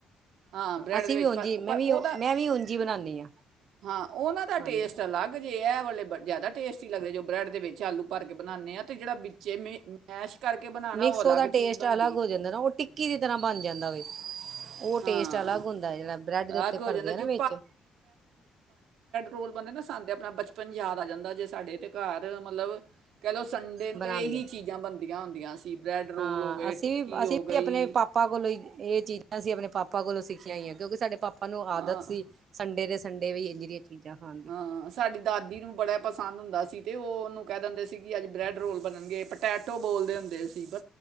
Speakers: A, on the right; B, on the right.
A: ਹਾਂ ਬਰੈਡ
B: ਅਸੀਂ
A: ਦੇ ਵਿੱਚ
B: ਵੀ ਉਂਝੀ
A: ਪਰ
B: ਮੈਂ
A: ਪਰ
B: ਵੀ
A: ਉਹਦਾ
B: ਮੈਂ ਵੀ ਉਂਝੀ ਬਣਾਉਦੀ
A: ਹਾਂ ਹਾਂ ਉਹਨਾਂ ਦਾ
B: ਹਾਂਜੀ
A: ਟੇਸਟ ਅਲੱਗ ਜੇ ਇਹ ਵਾਲੇ ਜ਼ਿਆਦਾ ਟੇਸਟੀ ਲੱਗਦੇ ਜੋ ਬ੍ਰੈਡ ਦੇ ਵਿੱਚ ਆਲੂ ਭਰ ਕੇ ਬਣਾਉਂਦੇ ਆ ਤੇ ਜਿਹੜਾ ਵਿੱਚੇ ਮੈਸ਼ ਕਰਕੇ ਬਣਾਉਣਾ
B: ਮਿਕਸ
A: ਉਹ ਅਲੱਗ
B: ਉਹਦਾ
A: ਚੀਜ਼
B: ਟੇਸਟ
A: ਬਣ
B: ਅਲੱਗ ਹੋ ਜਾਂਦਾ ਨਾ ਉਹ ਟਿੱਕੀ ਦੀ ਤਰ੍ਹਾਂ ਬਣ ਜਾਂਦਾ ਵੈ ਉਹ
A: ਹਾਂ
B: ਟੇਸਟ ਅਲੱਗ ਹੁੰਦਾ ਜਿਹੜਾ ਬ੍ਰੈਡ
A: ਅਲੱਗ
B: ਦੇ ਉੱਤੇ
A: ਹੋ
B: ਭਰਦੀ
A: ਜਾਂਦਾ ਜੋ
B: ਆ ਨਾ ਵਿੱਚ
A: ੋ <unintelligible> ਲ ਬੰਦੇ ਨਾ ਸਾਂਦੇ ਆਪਣਾ ਬਚਪਨ ਯਾਦ ਆ ਜਾਂਦਾ ਜੇ ਸਾਡੇ ਤੇ ਘਰ ਮਤਲਬ ਕਹਿ ਲੋ ਸੰਡੇ ਨੂੰ
B: ਬਣਾਉਂਦੇ
A: ਤੇ ਇਹੀ ਚੀਜ਼ਾਂ ਬਣਦੀ ਆਂ ਹੁੰਦੀਆਂ ਸੀ <unintelligible> ਬਰੈਡ ਰੋਲ
B: ਹਾਂ
A: ਹੋ ਗਏ ਟਿੱਕੀ
B: ਅਸੀਂ ਵੀ
A: ਹੋ ਗਈ
B: ਆਪਣੇ ਪਾਪਾ ਕੋਲੋਂ ਹੀ ਇਹ ਚੀਜ਼ਾਂ ਅਸੀਂ ਆਪਣੇ ਪਾਪਾ ਕੋਲੋਂ ਸਿੱਖੀਆਂ ਹੋਇਆ ਕਿਉਂਕਿ ਸਾਡੇ ਪਾਪਾ ਆਪਾਂ ਨੂੰ ਆਦਤ
A: ਹਾਂ
B: ਸੀ ਸੰਡੇ ਦੇ ਸਡੇਏੰਜ੍ਰ <unintelligible> ਚੀਜ਼ਾਂ ਖਾਣ ਦੀ
A: ਹਾਂ ਸਾਡੀ ਦਾਦੀ ਨੂੰ ਬੜਾ ਪਸੰਦ ਹੁੰਦਾ ਸੀ ਤੇ ਉਹਨੂੰ ਕਹਿ ਦਿੰਦੇ ਸੀ ਕਿ ਅੱਜ ਬ੍ਰੈਡ ਰੋਲ ਬਣਨਗੇ ਪਟੈਟੋ ਬੋਲਦੇ ਹੁੰਦੇ ਸੀ ਮ